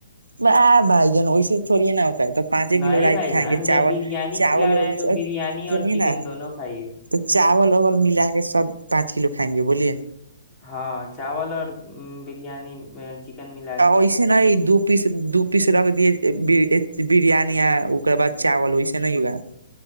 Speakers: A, on the right (about 85°); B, on the left (about 15°).
A: ب بائی جان ا س چڑیے نا تو پانچے
B: نہیں
A: کلو رائٹ
B: بھائی
A: کھائیں
B: جان
A: گے
B: جب
A: چاول
B: بریانی
A: چاولول
B: کھلا رہے ہیں تو بریانی
A: سنیے
B: اور چکن
A: نا
B: دونوں کھائیے
A: تو چاول اول ملا کے سب پانچ کلو کائیں گے بولیے
B: ہاں چاول اور بریانی چکن ملا کے
A: ویس دپ پیس دو پیس رکھ دیے بریانی ار بع چاول ویسے نہیں ہوگا